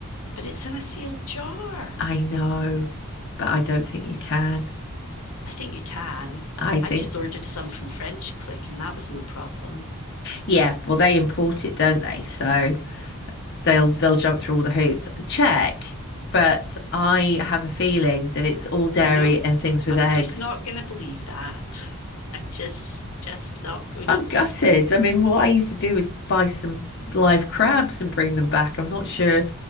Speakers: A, on the left; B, on the left.
A: but it's in a sealed jar.
B: I know, but I don't think you can.
A: I think you can.
B: I think,
A: I've just ordered some from French Click and that was no problem.
B: yeah, well, they import it, don't they? So they'll they'll jump through all the hoops. Check, but I have a feeling that it's all dairy
A: Nope.
B: and things with
A: I'm
B: eggs.
A: just not going to believe that. <laughs> I'm just just not going
B: I'm
A: to believe
B: gutted.
A: that.
B: I mean, what I used to do was buy some live crabs and bring them back. I'm not sure